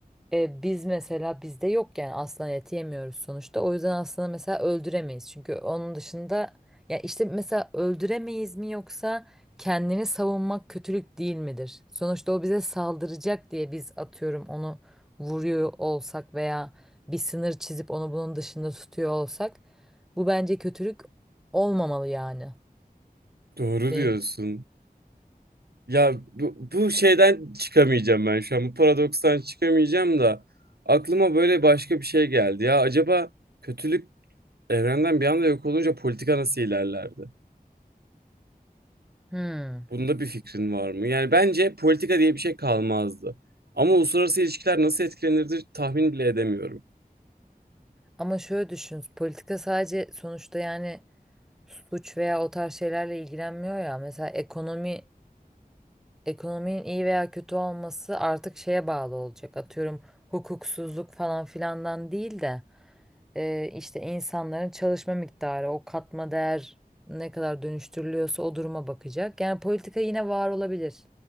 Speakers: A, in the centre; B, on the right.
A: E, biz mesela bizde yok yani aslan eti yemiyoruz sonuçta. O yüzden aslanı mesela öldüremeyiz. Çünkü onun dışında ya işte mesela öldüremeyiz mi yoksa kendini savunmak kötülük değil midir? Sonuçta o bize saldıracak diye biz atıyorum onu vuruyor olsak veya bir sınır çizip onu bunun dışında tutuyor olsak bu bence kötülük olmamalı yani.
B: Doğru
A: Benim.
B: diyorsun. Ya bu, bu şeyden çıkamayacağım ben şu an. Bu paradokstan çıkamayacağım da aklıma böyle başka bir şey geldi. Ya acaba kötülük evrenden bir anda yok olunca politika nasıl ilerlerdi?
A: Hmm.
B: Bunda bir fikrin var mı? Yani bence politika diye bir şey kalmazdı. Ama uluslararası ilişkiler nasıl etkilenirdi tahmin bile edemiyorum.
A: Ama şöyle düşün. Politika sadece sonuçta yani suç veya o tarz şeylerle ilgilenmiyor ya. Mesela ekonomi ekonominin iyi veya kötü olması artık şeye bağlı olacak. Atıyorum hukuksuzluk falan filandan değil de e, işte insanların çalışma miktarı, o katma değer ne kadar dönüştürülüyorsa o duruma bakacak. Yani politika yine var olabilir